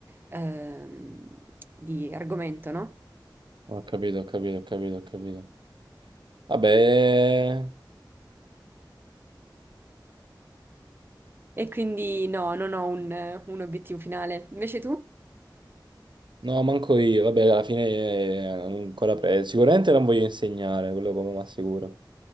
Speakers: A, on the right (about 25°); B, on the right (about 70°).
A: ehm, di argomento, no?
B: ho capito, ho capito, ho capito, ho capito. Vabbè,
A: E quindi no, non ho un, un obiettivo finale. Invece tu?
B: no, manco io. Vabbè, alla fine eh, ancora presto. Sicuramente non voglio insegnare, quello poco ma sicuro.